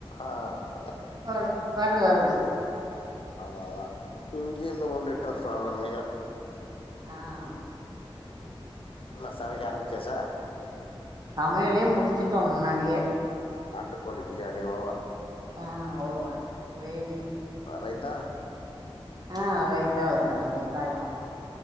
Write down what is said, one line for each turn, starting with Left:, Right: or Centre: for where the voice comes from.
Left: ஆ ஆ அ
Right: வரு வருது வருது
Left: அதா அதா இங்க என்னவோ நெட்டாஃப் ப்ராப்ளன் நெனைக்கிற
Right: ஆ அ
Left: என்னா சமைக்க
Right: சரி
Left: ஆரம்பிச்சாசா?
Right: சமையலே முடிச்சுட்டோ முன்னாடியே
Left: நாட்டுக்கோழி பிரியாணி ஓவர்.
Right: ஆ ஓவர் கிரேவி
Left: அ ரைத்தா
Right: ஆ ரைத்தா வச்சாச்சு வெங்காயொ